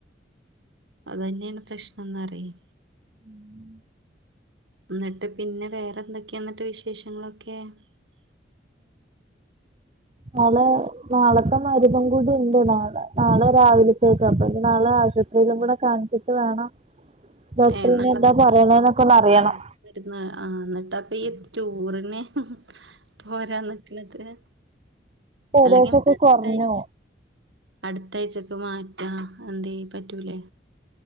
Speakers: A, on the right (about 85°); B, on the right (about 35°).
A: അത് തന്നെയാണ് പ്രശ്നംന്ന് പറയാ
B: ഉം
A: ന്നിട്ട് പിന്നെ വേറെ എന്തൊക്കെയാ ന്നിട്ട് വിശേഷങ്ങളൊക്കെ <inaudible>
B: നാളെ നാളത്തെ മരുന്നും കൂടി ഉണ്ട് നാളെ നാളെ രാവിലത്തേക്ക് അപ്പം ഇനി നാളെ ആശു ഒന്നും കൂടെ കാണിച്ചിട്ട് വേണം ഡോക്ടറിനി
A: ഏഹ് നാളെ
B: എന്താ പറയണേന്നൊക്കെ ഒന്ന്
A: ഏഹ്
B: അറിയണം
A: നാളെ ആഹ് ന്നിട്ട് അപ്പം ഈ ടൂറിന്ന് പോരാൻ നിക്ക്ണത് എത്ത്നാ
B: ഏകദേശൊക്കെ
A: അല്ലെങ്കിൽ നമ്മക്ക് അടുത്ത
B: കുറഞ്ഞു
A: ആഴ്ച അടുത്ത ആഴ്ചക്ക് മാറ്റാ എന്തേ പറ്റൂലേ